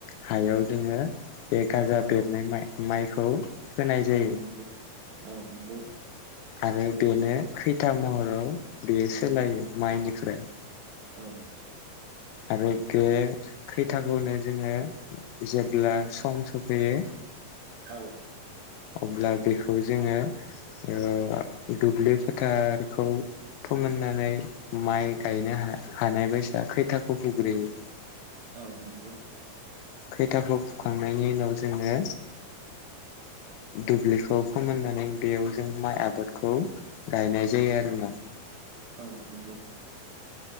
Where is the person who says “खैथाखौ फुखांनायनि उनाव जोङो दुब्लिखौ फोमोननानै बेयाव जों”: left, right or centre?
Left